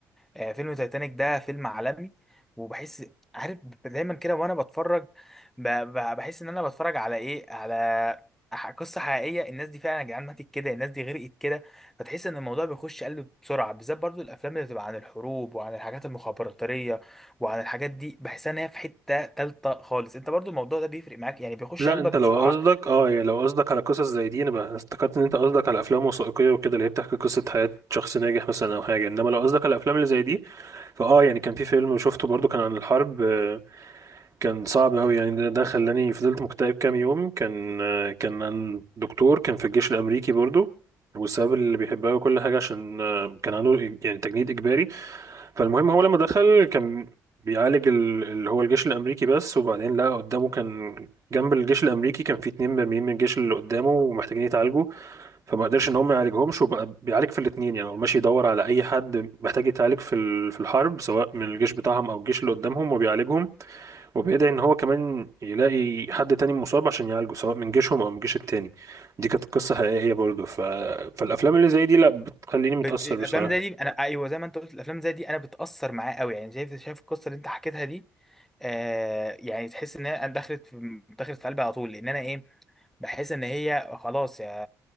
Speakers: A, in the centre; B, on the right.
A: آه، فيلم تايتانيك ده فيلم عالمي وبحس عارف دايما كده وانا بتفرج ب- ب- بحس ان انا بتفرج على ايه على ح- قصة حقيقية الناس دي فعلا يا جدعان ماتت كده الناس دي غرقت كده فتحس ان الموضوع بيخش قلب بسرعة بالذات برضو الافلام اللي بتبقى عن الحروب وعن الحاجات المخابراتية وعن الحاجات دي بحس ان هي في حتة تالتة خالص انت برضو الموضوع ده بيفرق معاك يعني بيخش
B: لا
A: قلبك
B: انت
A: بسرعة
B: لو قصدك اه يعني لو قصدك على قصص زي دي انا بقى افتكرت ان انت قصدك على افلام وثائقيه وكده اللي هي بتحكي قصه حياه شخص ناجح مثلا او حاجه انما لو قصدك على الافلام اللي زي دي فاه يعني كان في فيلم شفته برضو كان عن الحرب آه، كان صعب قوي يعني ده ده خلاني فضلت مكتئب كام يوم كان آه، كان عن دكتور كان في الجيش الامريكي برضو والسبب اللي بيحبها وكل حاجه عشان آه، كان عنده يعني تجنيد اجباري فالمهم هو لما دخل كان بيعالج ال- اللي هو الجيش الامريكي بس وبعدين لقى قدامه كان جنب الجيش الامريكي كان في اتنين مرميين من الجيش اللي قدامه ومحتاجين يتعالجوا فما قدرش ان هم يعالجهمش وبقى بيعالج في الاتنين يعني هو ماشي يدور على اي حد محتاج يتعالج في ال- في الحرب سواء من الجيش بتاعهم او الجيش اللي قدامهم وبيعالجهم وبيدعي ان هو كمان يلاقي حد تاني مصاب عشان يعالجه سواء من جيشهم او من الجيش التاني دي كانت قصة حقيقية برضه ف... فالافلام اللي زي دي لا بتخليني متأثر
A: بت... الافلام
B: بصراحة
A: زي دي انا ايوه زي ما انت قلت الافلام زي دي انا بتاثر معاه قوي يعني شايف شايف القصه اللي انت حكيتها دي آه يعني تحس ان هي دخلت في دخلت في قلبي على طول لان انا ايه بحس ان هي خلاص يا